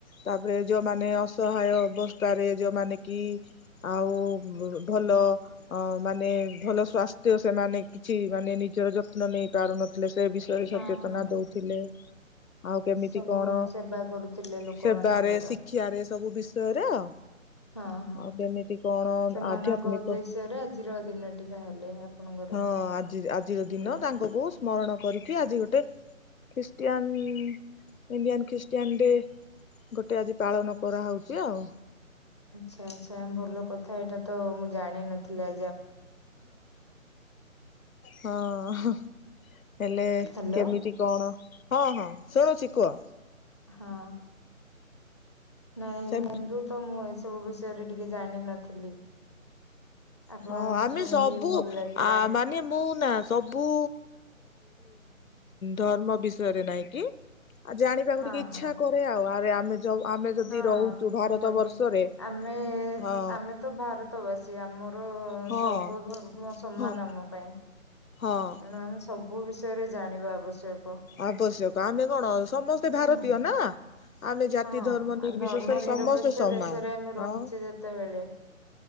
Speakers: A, on the left; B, on the left.
A: ତାପରେ ଯୋଉମାନେ ଅସହାୟ ଅବସ୍ଥାରେ ଯୋଉମାନେ କି ଆଉ ଭଲ ମାନେ ଭଲ ସ୍ୱାସ୍ଥ୍ୟ ସେମାନେ କିଛି ମାନେ ନିଜର ଯତ୍ନ ନେଇ ପାରୁନ ଥିଲେ ସେ ବିଷୟରେ
B: ହଁ
A: ସଚେତନା
B: ହଁ
A: ଦଉଥିଲେ। ଆଉ କେମିତି
B: ସବୁ
A: କଣ
B: ସେବା କରୁଥିଲେ ଲୋକମାନଙ୍କର
A: ସେବାରେ ଶିକ୍ଷାରେ ସବୁ ବିଷୟରେ ଆଉ।
B: ହଁ ହଁ
A: ଆଉ କେମିତି କଣ
B: ସେମାନଙ୍କ
A: ଆଧ୍ୟାତ୍ମିକ
B: ଉଦ୍ଦେଶ୍ୟରେ ଆଜିର ଦିନଟି ତାହେଲେ ଆପଣଙ୍କର।
A: ହଁ ଆଜି ଆଜିର ଦିନ ତାଙ୍କକୁ ସ୍ମରଣ କରିକି ଆଜି ଗୋଟେ ଖ୍ରୀଷ୍ଟିଆନ ଇଣ୍ଡିଆନ୍ ଖ୍ରୀଷ୍ଟିଆନ ଡେ ଗୋଟେ ଆଜି ପାଳନ କରାହେଉଛି ଆଉ।
B: ଆଚ୍ଛା ଆଚ୍ଛା ଭଲ କଥା ଏଇଟା ତ ମୁଁ ଜାଣିନଥିଲି। ଆ
A: ହଁ ହେଲେ
B: ହ୍ୟାଲୋ
A: କେମିତି କଣ ହଁ ହଁ ଶୁଣୁଛି କୁହ।
B: ହଁ ନାଇଁ
A: ସେ
B: <unintelligible> ତ ମୁଁ ଏସବୁ ବିଷୟରେ ଟିକେ ଜାଣିନଥିଲି। ଆପଣଙ୍କଠୁ
A: ହଁ ଆମେ
B: ଶୁଣିକି
A: ସବୁ
B: ଭଲ ଲାଗିଲା
A: ଆ ମାନେ ମୁଁ ନା। ସବୁ ଧର୍ମ ବିଷୟରେ ନାଇଁକି ଆଉ ଜାଣିବାକୁ
B: ହଁ
A: ଟିକେ ଇଚ୍ଛା
B: ହଁ
A: କରେ ଆଉ ଆରେ ଆମେ ଯ ଆମେ ଯଦି
B: ହଁ
A: ରହୁଛୁ ଭାରତ
B: ନିହାତି
A: ବର୍ଷରେ
B: ଆମେ
A: ହଁ
B: ଆମେ ତ ଭାରତ ଭତ ବାସୀ ଆମର
A: ହଁ
B: ସର୍ବ ଧର୍ମ ସମ୍ମାନ
A: ହଁ
B: ଆମ ପାଇଁ।
A: ହଁ
B: ତେଣୁ ଆମେ ସବୁ ବିଷୟରେ ଜାଣିବା ଆବଶ୍ୟକ।
A: ଆବଶ୍ୟକ ଆମେ କଣ ସମସ୍ତେ
B: ହୁଁ।
A: ଭାରତୀୟ ନା? ଆମେ ଜାତି
B: ହଁ
A: ଧର୍ମ ନିର୍ବିଶେଷରେ
B: ଧର୍ମ ନିରପେକ୍ଷ
A: ସମସ୍ତେ ସମାନ
B: ଦେଶରେ ଆମେ ରହୁଛେ
A: ଆଉ
B: ଯେତେବେଳେ।